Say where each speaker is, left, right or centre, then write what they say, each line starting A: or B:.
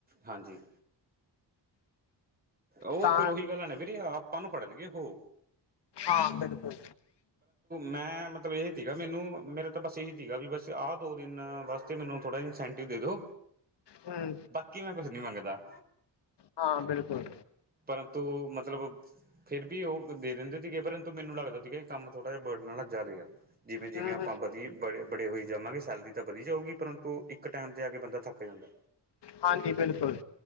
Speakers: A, on the right (about 20°); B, on the left (about 70°).
A: ਹਾਂਜੀ ਉਹ
B: ਤਾਂ
A: ਫਿਰ ਉਹੀ ਗੱਲਾਂ ਨੇ ਵੀਰੇ ਆਪਾਂ ਨੂੰ ਫੜਨਗੇ ਓਹ
B: ਹਾਂ ਬਿਲਕਲ
A: ਮੈਂ ਮਤਲਬ ਇਹ ਸੀਗਾ ਮੈਨੂੰ ਮੇਰਾ ਤਾਂ ਬਸ ਇਹੀ ਸੀਗਾ ਵੀ ਬਸ ਆਹ ਦੋ ਦਿਨ ਵਾਸਤੇ ਮੈਨੂੰ ਥੋੜਾ ਜ ਸੈਂਟਿਵ ਦੇ ਦੋ
B: ਹਮ
A: ਕੀ ਮੈਂ ਕੁੱਛ ਨੀ ਮੰਗਦਾ।
B: ਹਾਂ ਬਿਲਕੁਲ
A: ਪਰੰਤੂ, ਮਤਲਬ ਫਿਰ ਵੀ ਉਹ ਦੇ ਦਿੰਦੇ ਥੀਗੇ, ਪਰੰਤੂ ਮੈਨੂੰ ਲੱਗਦਾ ਥੀਗਾ ਇਹ ਕੰਮ ਥੋੜ੍ਹਾ ਜਿਹਾ ਬਰਟਨ ਆਲਾ ਜਾਦਾ ਈ ਆ। ਜਿਵੇਂ- ਜਿਵੇਂ
B: ਹੂੰ
A: ਆਪਾਂ ਵਧੀਆ ਬੜੇ ਬੜੇ ਹੋਈ ਜਾਵਾਂਗੇ ਸੈਲਰੀ ਤਾਂ ਵਧੀ ਜਾਊਗੀ ਪਰੰਤੂ ਇੱਕ ਟਾਈਮ ਤੇ ਆ ਕੇ ਬੰਦਾ ਥੱਕ ਜਾਂਦਾ।
B: ਹਾਂਜੀ ਬਿਲਕੁਲ